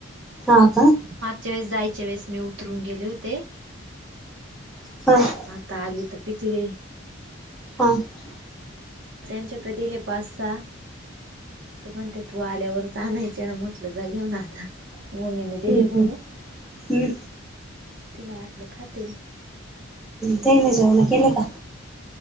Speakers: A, in the centre; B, on the right.
A: हां.
B: चेस जायच्या वेळेस मी उतरून गेले होते.
A: रिकामा ऑडिओ
B: आता आली तर पिकली.
A: हम्म
B: त्यांच्या कधीले पाच सहा. ते म्हणते तू आल्यावरच आणायचे ना म्हटलं जा घेऊन आता मम्मीने... दिले
A: हम्म
B: बर
A: हम्म
B: तिला वाटलं खातील.
A: तेन जेवण केली का?